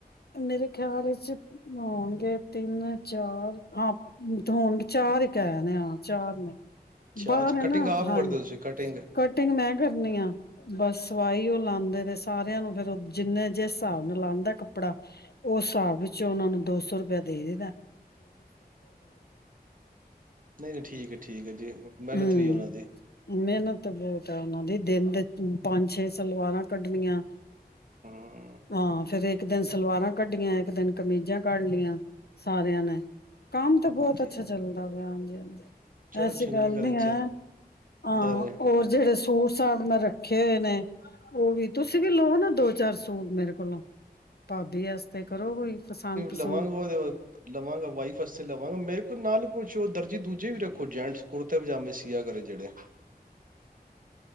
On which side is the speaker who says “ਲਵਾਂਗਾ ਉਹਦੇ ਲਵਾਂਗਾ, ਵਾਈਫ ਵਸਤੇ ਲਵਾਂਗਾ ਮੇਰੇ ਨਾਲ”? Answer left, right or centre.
Right